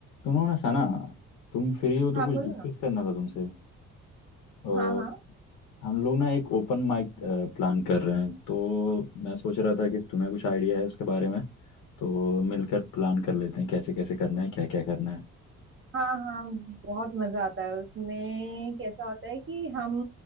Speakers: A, on the left; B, on the right.
A: सुनो ना सना तुम फ्री हो तो
B: हाँ
A: कुछ
B: बोलो
A: डिस्कस
B: ना
A: करना था तुमसे अ,
B: हाँ हाँ
A: हम लोग ना एक ओपन माइक प्लान कर रहे हैं तो मैं सोच रहा था कि तुम्हें कुछ आइडिया है उसके बारे में तो मिलकर प्लान कर लेते हैं कैसे कैसे करना है क्या क्या करना है
B: हाँ हाँ बहुत मजा आता है उसमें कैसा होता है कि हम